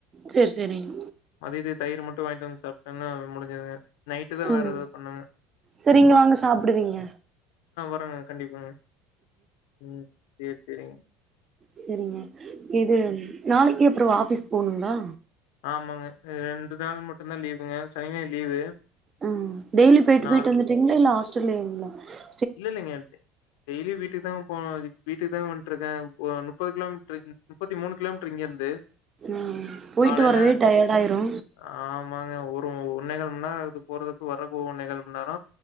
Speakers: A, on the right (about 25°); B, on the left (about 85°).
A: செரி செரிங்க
B: மதியத்துக்கு தயிரு மட்டும் வாங்கிட்டு வந்து சாப்டன முடிஞ்சதுங்க நைட்டு தா
A: உம்
B: வேற ஏதாவது பண்ணுங்க.
A: செரி இங்க வாங்க சாப்டுவீங்க
B: வராங்க கண்டிப்பாங்க உம் செர் செரிங்க
A: செரிங்க இது நாளைக் எப் அப்றம் ஆஃபீஸ் போணும்ங்களா
B: ஆமாங்க ரெண்டு நாள் மட்டும்தா லீவுங்க சனி, ஞாயிறு லீவு.
A: ம் டெய்லி போய்ட்டு
B: நா
A: போய்ட்டு வந்துட்ரிக்ங்களா இல்ல ஹாஸ் <unintelligible>
B: இல்ல இல்லிங்க டெய்லி வீட்டுக்குதா போ வீட்டுக்குதா வந்ட்டுருக்கே ஓ முப்பது கிலோமீட்டரு முப்பத்தி மூணு கிலோமீட்ரு இங்கருந்து
A: ம் போயிட்டு
B: காலையில
A: வரதே டயர்ட் ஆயிரு
B: ஆமாங்க ஒ ஒன்னே கால் மண்நேர ஆகுது போறதக்கு வரதுக்கு ஒன்னே கால் மண்நேர